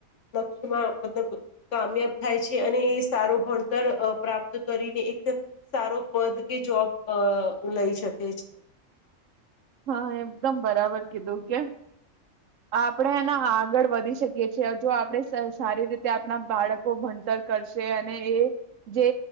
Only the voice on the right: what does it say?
હા એકદમ બરાબર કીધું કેમ આપણે એના આગળ વધી શકીએ છીએ જો આપણે સારી રીતે આપણા બાળકો ભણતર કરશે અને એ જે